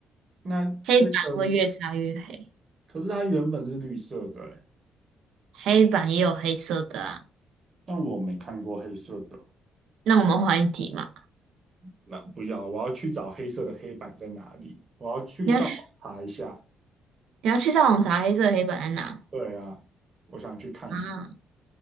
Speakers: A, on the right (about 45°); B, on the right (about 80°).
A: 那这个，
B: 黑板会越擦越黑，
A: 可是它原本是绿色的欸，
B: 黑板也有黑色的啊。
A: 但我没看过黑色的。
B: 那我们换一题嘛，
A: 那不要，我要去找黑色的黑板在哪里，我要去上网查一下。
B: 你要去你要去上网查黑色的黑板在哪
A: 对啊，我想去看一看。
B: 啊？